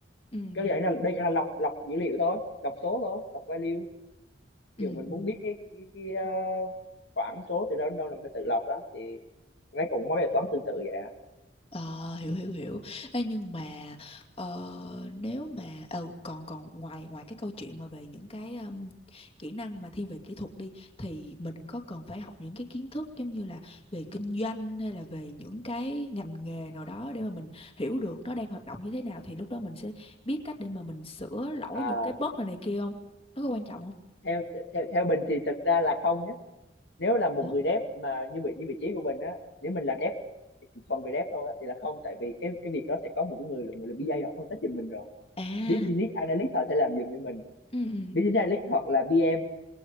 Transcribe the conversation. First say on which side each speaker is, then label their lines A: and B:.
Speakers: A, on the left; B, on the left.
A: Ừ.
B: cái dạng là đây là lọc lọc dữ liệu thôi lọc số thôi lọc value
A: Ừ.
B: ví dụ mình
A: ừ.
B: muốn biết cái cái, cái ờ, khoảng số từ đó đến đâu là mình phải tự lọc đó thì mấy cũng mấy bài toán tương tự vậy
A: Ờ, hiểu hiểu hiểu. Ê, nhưng mà ờ, nếu mà ờ, còn còn ngoài ngoài cái câu chuyện mà về những cái um, kỹ năng mà thiên về kỹ thuật đi thì mình có cần phải học những cái kiến thức giống như là về kinh doanh hay là về những cái ngành nghề nào đó để mà mình hiểu được nó đang hoạt động như thế nào thì lúc đó mình sẽ biết cách để mà mình sửa lỗi
B: À,
A: những cái bug này này kia không? Nó có quan trọng không?
B: theo theo theo Bình thì thật ra là không nhé nếu là một
A: Ủa?
B: người dev mà như vị như vị trí của Bình á nếu mình là dev thì chỉ thuần về dev thôi á, thì là không tại vì cái cái việc đó sẽ có một cái người là người là BA họ phân tích giùm mình rồi
A: À,
B: business analyst họ sẽ làm giùm cho mình
A: ừ ừ.
B: business analyst hoặc là BM